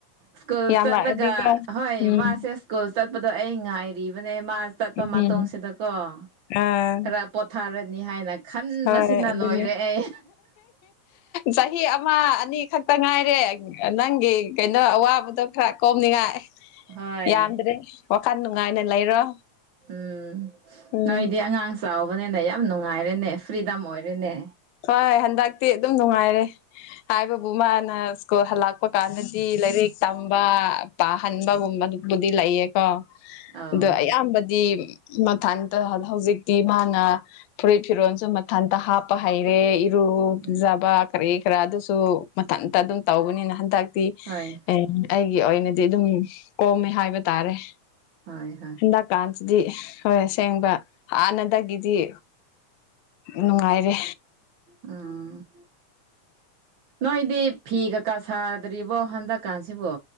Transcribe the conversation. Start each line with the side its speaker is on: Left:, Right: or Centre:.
Right: ꯁ꯭ꯀꯨꯜ
Left: ꯌꯥꯝ
Right: ꯆꯠꯂꯒ
Left: ꯔꯛ ꯑꯗꯤꯀꯣ
Right: ꯍꯣꯏ
Left: ꯎꯝ
Right: ꯃꯥꯁꯦ ꯁ꯭ꯀꯨꯜ ꯆꯠꯄꯗꯣ ꯑꯩ ꯉꯥꯏꯔꯤꯕꯅꯦ ꯃꯥ ꯆꯠꯄ
Left: ꯎꯝ
Right: ꯃꯇꯨꯡꯁꯤꯗꯀꯣ
Left: ꯑꯥ
Right: ꯈꯔ ꯄꯣꯊꯥꯔꯅꯤ ꯍꯥꯏꯅ ꯈꯟꯕꯁꯤꯅ
Left: ꯍꯣꯏ ꯑꯗꯨꯅꯦ
Right: ꯂꯣꯏꯔꯦ ꯑꯩ
Left: ꯆꯍꯤ ꯑꯃ ꯑꯅꯤ ꯈꯛꯇ ꯉꯥꯏꯔꯦ ꯅꯪꯒꯤ ꯀꯩꯅꯣ ꯑꯋꯥꯕꯗꯣ ꯈꯔ ꯀꯣꯝꯅꯤꯡꯉꯥꯏ
Right: ꯍꯣꯏ
Left: ꯌꯥꯝꯗ꯭ꯔꯦ ꯋꯥꯈꯟ ꯅꯨꯡꯉꯥꯏꯅ ꯂꯩꯔꯣ
Right: ꯎꯝ
Left: ꯎꯝ
Right: ꯅꯣꯏꯗꯤ ꯑꯉꯥꯡ ꯆꯥꯎꯕꯅꯤꯅ ꯌꯥꯝ ꯅꯨꯡꯉꯥꯏꯔꯦꯅꯦ ꯐ꯭ꯔꯤꯗꯝ ꯑꯣꯏꯔꯦꯅꯦ
Left: ꯍꯣꯏ ꯍꯟꯗꯛꯇꯤ ꯑꯗꯨꯝ ꯅꯨꯡꯉꯥꯏꯔꯦ ꯍꯥꯏꯕꯕꯨ ꯃꯥꯅ ꯁ꯭ꯀꯨꯜ ꯍꯜꯂꯛꯄ ꯀꯥꯟꯗꯗꯤ ꯂꯥꯏꯔꯤꯛ ꯇꯝꯕ ꯄꯥꯍꯟꯕꯒꯨꯝꯕꯗꯨꯕꯨꯗꯤ
Right: ꯎꯝ
Left: ꯂꯩꯌꯦꯀꯣ
Right: ꯑꯧ
Left: ꯑꯗꯣ ꯑꯌꯥꯝꯕꯗꯤ ꯃꯊꯟꯇ ꯍꯧꯖꯤꯛꯇꯤ ꯃꯥꯅ ꯐꯨꯔꯤꯠ ꯐꯤꯔꯣꯜꯁꯨ ꯃꯊꯟꯇ ꯍꯥꯞꯄ ꯍꯩꯔꯦ ꯏꯔꯨ ꯂꯨꯨꯖꯕ
Right: ꯎꯝ
Left: ꯀꯔꯤ ꯀꯔ ꯑꯗꯨꯁꯨ ꯃꯊꯟꯇ ꯑꯗꯨꯝ ꯇꯧꯕꯅꯤꯅ ꯍꯟꯗꯛꯇꯤ
Right: ꯍꯣꯏ
Left: ꯑꯦ ꯑꯩꯒꯤ ꯑꯣꯏꯅꯗꯤ ꯑꯗꯨꯝ ꯀꯣꯝꯃꯦ ꯍꯥꯏꯕ ꯇꯥꯔꯦ
Right: ꯍꯣꯏ ꯍꯣꯏ
Left: ꯍꯟꯗꯛꯀꯥꯟꯁꯤꯗꯤ ꯍꯣꯏ ꯑꯁꯦꯡꯕ ꯍꯥꯟꯅꯗꯒꯤꯗꯤ ꯅꯨꯡꯉꯥꯏꯔꯦ
Right: ꯎꯝ ꯅꯣꯏꯗꯤ ꯐꯤ ꯀꯀꯥ ꯁꯥꯗ꯭ꯔꯤꯕꯣ ꯍꯟꯗꯛꯀꯥꯟꯁꯤꯕꯣ